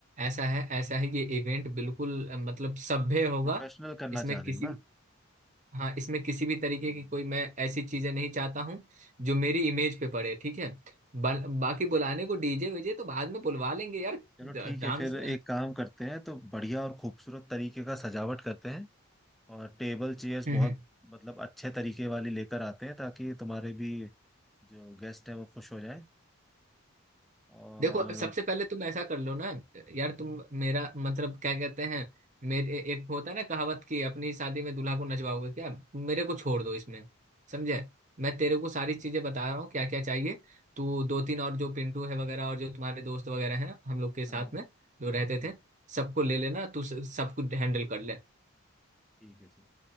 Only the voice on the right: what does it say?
ऐसा है ऐसा है ये इवेंट बिल्कुल अ, मतलब सभ्य होगा
इसमें
किसी
भी-
हाँ इसमें किसी भी तरीके
की कोई मैं ऐसी चीजें नहीं चाहता हूँ जो मेरी इमेज पे पड़े ठीक है बा, बाकी बुलाने को डीजे वीजे तो बाद में बुलवा लेंगे यार
डांस
हम्म
देखो सबसे पहले तुम ऐसा कर लो ना यार तुम मेरा मतलब क्या कहते हैं मेरे एक होता है ना कहावत की अपनी शादी में दूल्हा को नचवाओगे क्या मेरे को
छोड़ दो इसमें समझे मैं तेरे को सारी चीजें बता रहा हूँ क्या क्या चाहिए तू दो तीन और जो पिंटू है वगैरह और जो तुम्हारे दोस्त वगैरह हैं हम लोग के साथ
में जो रहते थे
सबको ले लेना तू स- सबको हैंडल कर ले